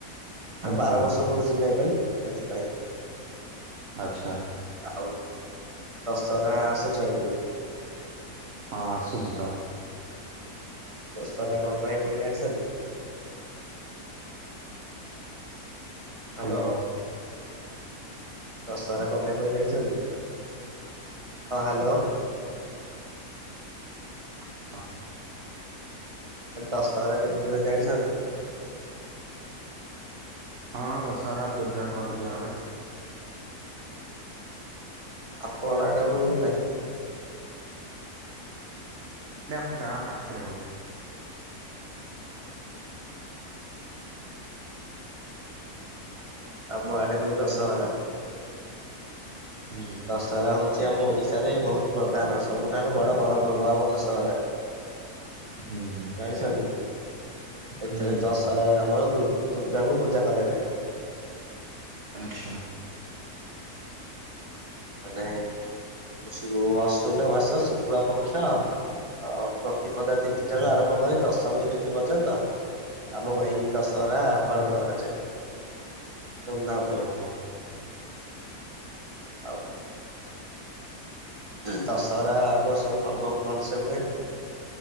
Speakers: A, on the right; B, on the right.
A: ହୁଁ
B: ବାର ବର୍ଷ ପଡୁଚି ନା ଏ ପାଳି ସେଥିପାଇଁ।
A: ଆଛା।
B: ଆଉ ଦଶହରା ଆସୁଚି ଆଗକୁ
A: ହଁ ଆସୁଚିତ।
B: ଦଶହରା କଣ ପାଇଁ ହୁଏ ଜାଣିଛନ୍ତି? Hello
A: hello.
B: ଦଶହରା କଣ ପାଇଁ ହୁଏ ଜାଣିଛନ୍ତି? ହଁ ହାଲୋ।
A: <inaudible>
B: ଦଶହରା କେମିତି ହୁଏ ଜାଣିଛନ୍ତି?
A: ହଁ ଦଶହରା ଦୁର୍ଗାଙ୍କ ପୂଜା ହୁଏ।
B: କଣ ଆଡେ ହୁଏନ ନାହିଁ।
A: ଏ ଆମ ଗାଁ ପାଖରେ ହୁଏ।
B: ଆମ ଆଡ଼େ ହୁଏ ଦଶହରା।
A: ହୁଁ
B: ଶରା ହଉଛି ଆମ ଓଡ଼ିଶାରେ ବହୁତ ପ୍ରଧାନ। ସବୁଠାରୁ ବଡ଼ ବଡ଼ ପର୍ବ ଆମ ଦଶହରା। <inaudible>
A: ହୁଁ
B: ଜାଣିଛନ୍ତି ଏଥିରେ
A: ହୁଁ
B: ଦଶହରା ଆମର ଦୁ -ଦୁର୍ଗାଙ୍କୁ ପୂଜା କରାଯାଏ।
A: ଆଚ୍ଛା
B: ମାନେ ସବୁ ଅଶ୍ୱିନ ମାସ ଶୁକ୍ଳ ପକ୍ଷ ହଉ ପ୍ରତିପଦା ତିଥି ଠାରୁ ଆରମ୍ଭ କରି ଦଶମୀ ତିଥି ପର୍ଯ୍ୟନ୍ତ ଆମ ଏଇ ଦଶହରା ପାଳନ କରାଯାଏ। ଧୁମଧାମ ରେ।
A: ଓହୋ
B: ହଉ ଦଶହରା ଆମ ସବୁ ବହୁତ ଭଲସେ ହୁଏ।